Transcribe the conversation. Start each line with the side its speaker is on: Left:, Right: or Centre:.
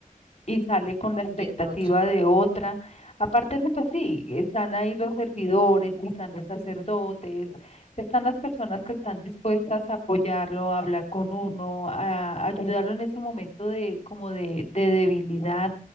Left: y sale con la expectativa
Right: Y es otra.
Left: de otra. Aparte de eso, pues sí, están ahí los servidores, están los sacerdotes, están las personas que están dispuestas a apoyarlo, a hablar con uno, a ayudarlo en ese momento de como de, de debilidad